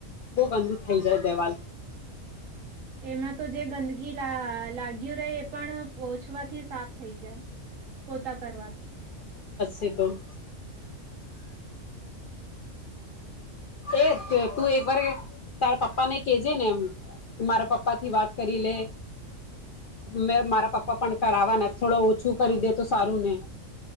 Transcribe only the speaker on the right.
એમાં તો જે ગંદકીી લાગ્યું રહે એ પણ ઓછવાથી સાફ થઈ જાય પોતા કરવાથી